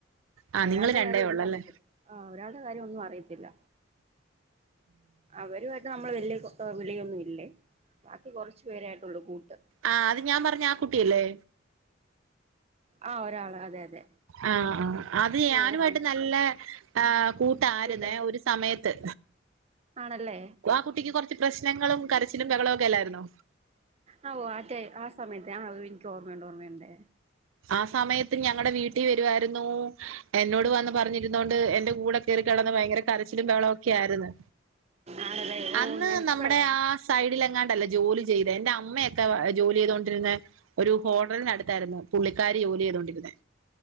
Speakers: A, on the right; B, on the right.
A: ആഹ്
B: ഒരാളുടെ
A: നിങ്ങള് രണ്ടേ
B: കാര്യം ഒന്നും
A: ഒള്ളല്ലേ
B: അറിയത്തില്ല ആഹ് ഒരാളുടെ കാര്യം ഒന്നും അറിയത്തില്ല. അവരുമായിട്ട് നമ്മള് വല്യ കോ വിളിയൊന്നും ഇല്ലേ ബാക്കി കുറച്ചു പേരെ ആട്ടുള്ളൂ കൂട്ട്.
A: ആഹ് അത് ഞാൻ പറഞ്ഞ ആഹ് കുട്ടിയല്ലേ
B: ആഹ് ഒരാള് അതെ അതെ
A: ആഹ് ആഹ് അത്
B: ഓ
A: ഞാനുമായിട്ട്
B: ആ
A: നല്ല ആഹ് കൂട്ടായിരുന്നേ
B: കൂട്ടെ
A: ഒരു സ് സമയത്ത്
B: ആണല്ലേ
A: ആഹ് കുട്ടിക്ക് കുറച്ച് പ്രശ്നങ്ങളും കരച്ചിലും ബഹളവും ഒക്കെ അല്ലായിരുന്നോ.
B: ആഹ് ഓ ആഹ് റ്റെ ആഹ് സമയത്ത് ആഹ് എനിക്ക് ഓർമ്മയുണ്ട് ഓർമ്മയുണ്ട്.
A: ആഹ് സമയത്ത് ഞങ്ങടെ വീട്ടിൽ വരുവായിരുന്നു. എന്നോട് വന്ന് പറഞ്ഞിരുന്നോണ്ട് എന്റെ കൂടെ കയറി കിടന്ന് ഭയങ്കര കരച്ചിലും ബഹളം ഒക്കെ ആയിരുന്നു
B: ആണല്ലേ ഓ
A: അന്ന്
B: ഞാനിപ്പഴോ
A: നമ്മുടെ ആഹ് സൈഡില് എങ്ങാണ്ടല്ലേ ജോലി ചെയ്തെ എന്റെ അമ്മയൊക്കെ ജോലി ചെയ്തൊണ്ടിരിന്നെ ഒരു ഹോട്ടലിനടുത്തായിരുന്നു പുള്ളിക്കാരി ജോലി ചെയ്തൊണ്ടിരിന്നെ.